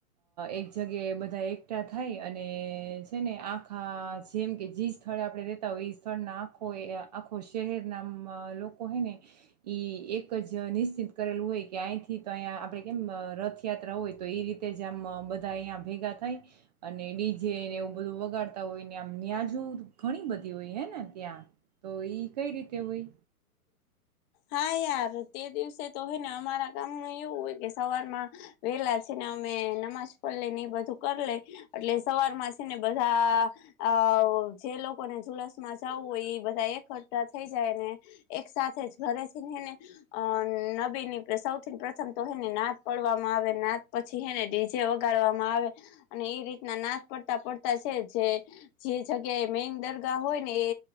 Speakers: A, on the right (about 30°); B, on the left (about 30°).
A: એક જગ્યાએ બધા એકઠા થાય અને છે ને આખા જેમ કે જે સ્થળે આપણે રેતા હોય એ સ્થળ આખો આખો શહેર ના લોકો હને ઈ એક જ નિશ્ચિત કરેલું હોય કે અહીંથી તો અહીંયા આપણે કેમ રથયાત્રા હોય તો એ રીતે જ આમ બધા અહીંયા ભેગા થાય અને ડીજેને એવું બધું વગાડતા હોય ને આમ ન્યાજો ઘણી બધી હોય હે ને ત્યાં તો ઈ કઈ રીતે હોય
B: હા યાર તે દિવસે તો હોય ને અમારા ગામ ન એવું હોય કે સવારમાં વેલા છે અમે નમાજ પડ લઈ ને એ બધું કરી લે એટલે સવાર માં છે ને બધા અ તો જે લોકોને ુલસ માં જવું હોય એ બધા એકઠા થઈ જાય ને એક સાથે જ ઘરે છેને એને અ નબી ની સૌથી પ્રથમ તો એને નાદ પડવામાં આવે ના પછીને જેે વગાડવામાં આવે અને એ રીતના નાદ પડતા પડતા છે જે જગ્યાએ મેન દરગા હોય ને એ